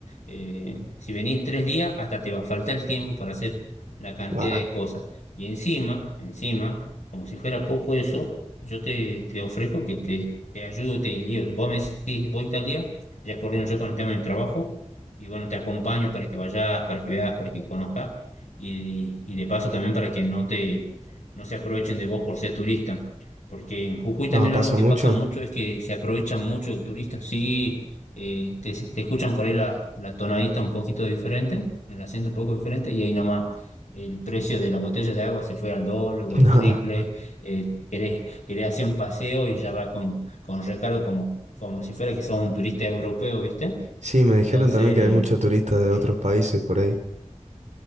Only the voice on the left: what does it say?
Eh, si venís tres días, hasta te va a faltar el tiempo para hacer la cantidad
de cosas. Y encima, encima, como si fuera poco eso, yo te, te ofrezco que te, te ayudo, te guío. Vos me decís, voy tal día, ya coordino yo con el tema del trabajo y bueno, te acompaño para que vayas, para que veas, para que conozcas y, y de paso también para que no te no se aprovechen de vos por ser turista. Porque en Jujuy también
algo que
pasa mucho
es que se aprovechan mucho del turista. Sí, eh, te, te escuchan por ahí la, la tonadita un poquito diferente, el acento un poco diferente, y ahí nomás el precio de la botella de agua se fue al doble o al
triple. Eh, querés, querés hacer un paseo y ya va con, con recargo como, como si fuera que sos un turista europeo, ¿viste?
Entonces,
eh,